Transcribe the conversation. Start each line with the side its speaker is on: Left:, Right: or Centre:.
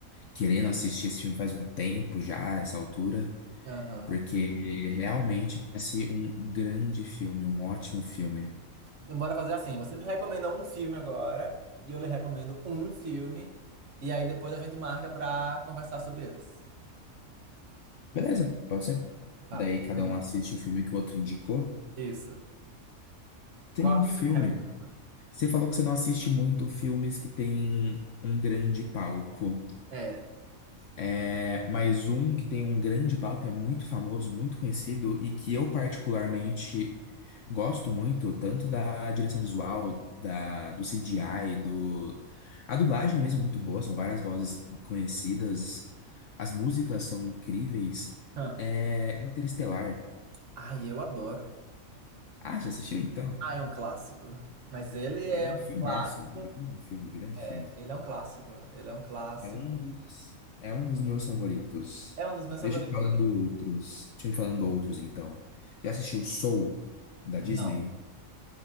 Left: querendo assistir esse filme faz um tempo já, essa altura.
Right: Aham.
Left: Porque realmente parece um grande filme, um ótimo filme.
Right: Então, bora fazer assim. Você me recomenda um filme agora, e eu lhe recomendo um filme, e aí depois a gente marca pra conversar sobre eles.
Left: Beleza, pode ser.
Right: Tá,
Left: Daí
Right: me recomende.
Left: cada um assiste o filme que o outro indicou.
Right: Isso.
Left: Tem
Right: Qual
Left: um filme.
Right: você me recomenda?
Left: Você falou que você não assiste muito filmes que tem um grande palco.
Right: É.
Left: É, mas um que tem um grande palco é muito famoso, muito conhecido e que eu particularmente gosto muito, tanto da direção visual, da, do CGI, do... A dublagem mesmo é muito boa, são várias vozes conhecidas, as músicas são incríveis.
Right: Hum.
Left: É Interestelar.
Right: Ai, eu adoro.
Left: Ah, já assistiu então?
Right: Ah, é um clássico. Mas ele é
Left: É um
Right: um
Left: filmaço,
Right: clássico.
Left: mano. Grande filme, grande
Right: É,
Left: filme.
Right: ele é um clássico. Ele é um clássico.
Left: É um dos, é um dos meus favoritos.
Right: É um dos meus
Left: Deixa
Right: favoritos
Left: eu ir falando
Right: também.
Left: outros. Deixa eu ir falando outros, então. Já assistiu Soul, da
Right: Não.
Left: Disney?